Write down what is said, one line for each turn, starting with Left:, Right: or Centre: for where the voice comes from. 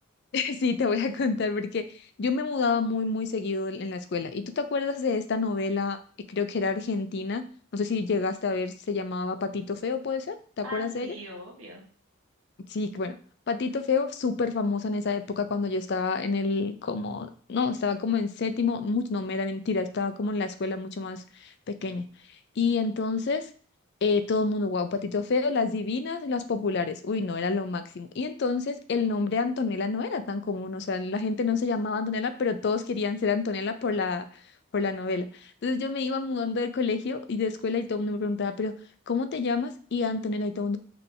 Left: <laughs> sí, te voy a contar porque yo me mudaba muy, muy seguido en en la escuela. ¿Y tú te acuerdas de esta novela? eh, Creo que era argentina. No sé si llegaste a ver, se llamaba Patito Feo, ¿puede ser? ¿Te acuerdas
Right: Ah, sí,
Left: de ella?
Right: obvio.
Left: Sí, que bueno, Patito Feo, súper famosa en esa época cuando yo estaba en el, como, no, estaba como en séptimo, mucho, no, me da mentira, estaba como en la escuela mucho más pequeña. Y entonces, eh, todo el mundo, wow, Patito Feo, las divinas, las populares, uy, no, era lo máximo. Y entonces el nombre Antonella no era tan común, o sea, la gente no se llamaba Antonella, pero todos querían ser Antonella por la, por la novela. Entonces yo me iba mudando de colegio y de escuela y todo el mundo me preguntaba, pero, ¿cómo te llamas? Y Antonella y todo